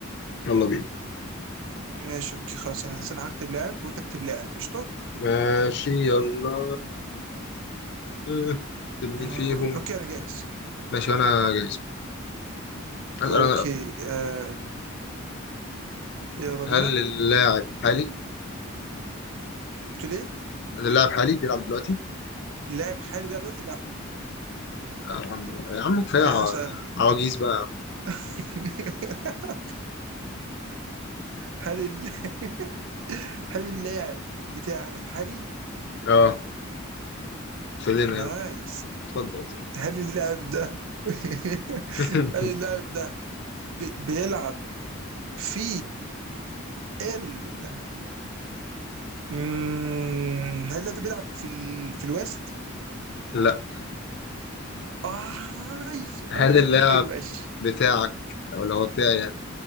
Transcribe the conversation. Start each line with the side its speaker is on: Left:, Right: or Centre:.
Left: يلا بينا
Right: ماشي اوكي خلاص انا أنا هكتب لاعب وانت اكتب لاعب قشطه
Left: ماشي يلا مم. طب مين
Right: آه.
Left: فيهم
Right: اوكي انا جاهز
Left: ماشي وانا جايز اسال
Right: اوكي
Left: انا الاول
Right: آه يلا بينا
Left: هل اللاعب حالي
Right: قلت له ليه
Left: هل اللاعب حالي بيلعب دلوقتي
Right: لاعب حالي بيلعب دلوقتي لا
Left: آه، يا عم يا عم كفايه
Right: اوكي
Left: ع-
Right: هسأل
Left: عواجيز بقى
Right: <laughs> هل ال... <laughs> هل اللاعب بتاعنا حالي
Left: يا عم. اه ابتدينا
Right: نايس
Left: يلا اتفضل اتفضل.
Right: هل اللاعب ده <laughs>
Left: <laughs>
Right: هل اللاعب ده بي... بيلعب في ال مم، هل اللاعب ده بيلعب في ال... في الويست
Left: لا
Right: آه... اي
Left: هل
Right: اي اي
Left: اللاعب
Right: اي أي، ماشي
Left: بتاعك او اللي هو بتاعي يعني